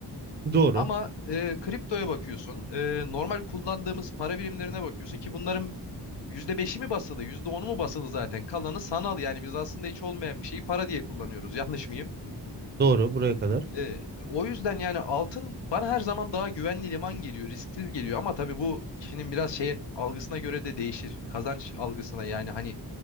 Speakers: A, on the right; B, on the left.
A: Doğru.
B: Ama e, kriptoya bakıyorsun, e, normal kullandığımız para birimlerine bakıyorsun ki bunların %5'i mi basılı, yüzde onu mu basılı zaten? Kalanı sanal yani biz aslında hiç olmayan bir şeyi para diye kullanıyoruz. Yanlış mıyım?
A: Doğru buraya kadar.
B: E, o yüzden yani altın bana her zaman daha güvenli liman geliyor, risksiz geliyor ama tabii bu kişinin biraz şeye algısına göre de değişir. Kazanç algısına yani hani